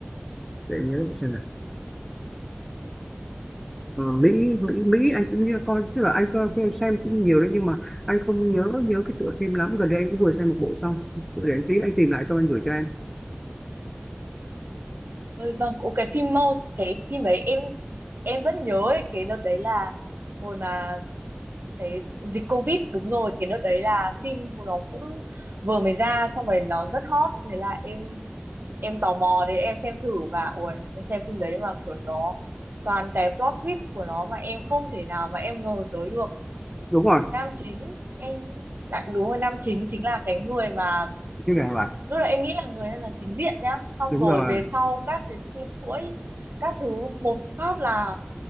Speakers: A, in the centre; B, on the right.
A: để nhớ lại xem nào Ờ, Mỹ Mỹ Mỹ anh cũng như con tức là anh coi coi xem cũng nhiều đấy nhưng mà anh không nhớ nhớ cái tựa phim lắm gần đây anh cũng vừa xem một bộ xong để anh tí anh tìm lại xong anh gửi cho em
B: Ôi vâng, Ồ, cái phim Mouse, cái phim đấy em em vẫn nhớ ấy, cái đợt đấy là hồi mà cái dịch Covid đúng rồi, cái đợt đấy là phim của nó cũng vừa mới ra xong rồi nó rất hot thế là em em tò mò đấy em xem thử và ui em xem phim đấy mà kiểu nó toàn cái plot twist của nó mà em không thể nào mà em ngờ tới được
A: đúng rồi
B: nam chính em lại đúng rồi nam chính chính là cái người mà
A: Cái hàng loạt
B: lúc đấy em nghĩ là người là chính diện nhá xong
A: đúng
B: rồi
A: rồi
B: về sau các cái xuyên chuỗi các thứ một phát là